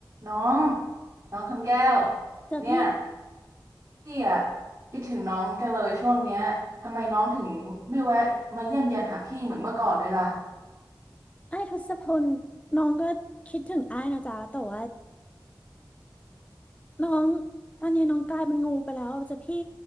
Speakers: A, on the right; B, on the left.
A: น้องน้องคำแก้ว
B: เจอพี่
A: เนี่ยพี่อะคิดถึงน้องจังเลยช่วงเนี้ยทำไมน้องถึงไม่แวะมาเยี่ยมเยียนหาพี่เหมือนเมื่อก่อนเลยล่ะ
B: อ้ายทศพลน้องก็คิดถึงอ้ายนะจ๊ะแต่ว่าน้องตอนนี้น้องกลายเป็นงูไปแล้วเจอพี่